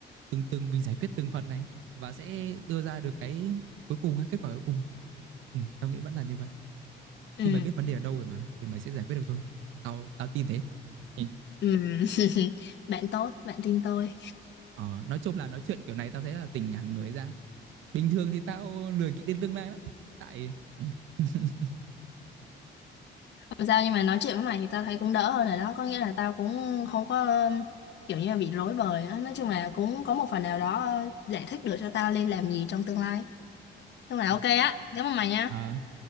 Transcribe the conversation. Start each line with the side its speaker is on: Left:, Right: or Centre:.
Right: từng từng mình giải quyết từng phần này và sẽ đưa ra được cái cuối cùng hay kết quả cuối cùng ừ, tao nghĩ vẫn là như vậy
Left: Ừ.
Right: khi mày biết vấn đề ở đâu rồi mà thì mày sẽ giải quyết được thôi tao tao tin thế ừ.
Left: Ừ. <laughs> bạn tốt bạn tin tôi
Right: ờ, nói chung là nói chuyện kiểu này tao thấy là tỉnh hẳn người ra bình thường thì tao lười nghĩ đến tương lai lắm tại <laughs>
Left: không sao nhưng mà nói chuyện với mày thì tao thấy cũng đỡ hơn rồi đó có nghĩa là tao cũng không có um, kiểu như là bị rối bời á nói chung là cũng có một phần nào đó giải thích được cho tao nên làm gì trong tương lai nhưng mà
Right: ừ.
Left: ok á cảm ơn mày nha
Right: Ờ,